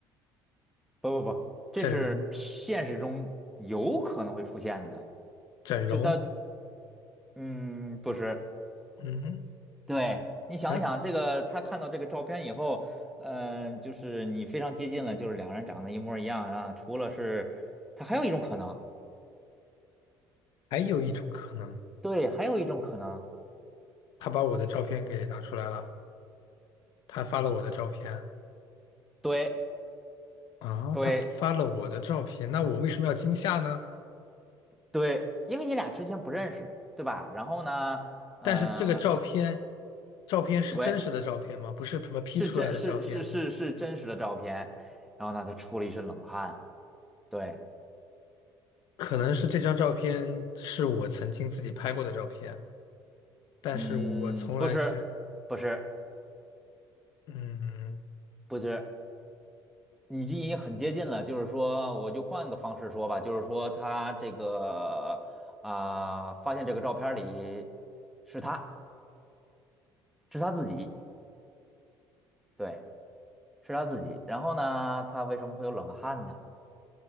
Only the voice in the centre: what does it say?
不不不，这是现实中有可能会出现的。
就他，嗯，不是，
对，你想一想，
这个他看到这个照片以后。嗯，呃就是你非常接近了，就是两人长得一模一样啊。除了是，他还有一种可能，
对，还有一种可能，
对
对
对，因为你俩之前不认识，对吧？然后呢，呃，
对，
是真是是是是真实的照片，
然后呢，他出了一身冷汗，对，
嗯，不是不是
不是，你这已经很接近了，就是说，我就换个方式说吧，就是说他这个啊、发现这个照片里是他是他自己，对，是他自己，然后呢，他为什么会有冷汗呢？